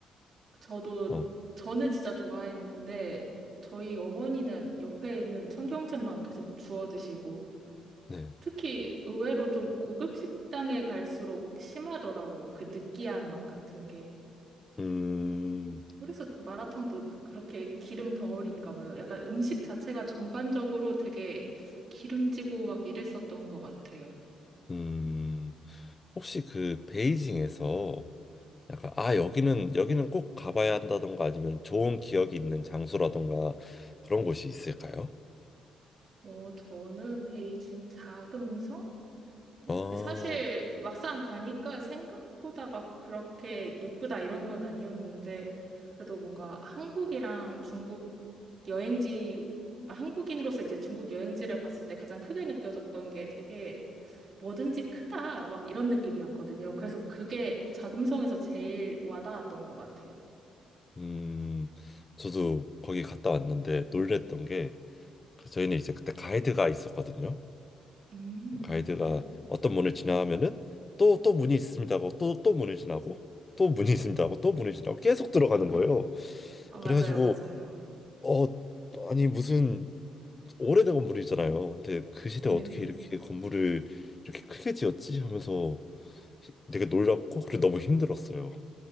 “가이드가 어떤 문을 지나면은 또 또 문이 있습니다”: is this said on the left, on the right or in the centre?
Left